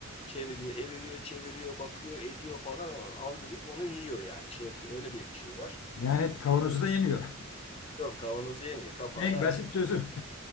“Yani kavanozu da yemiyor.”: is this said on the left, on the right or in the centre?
Left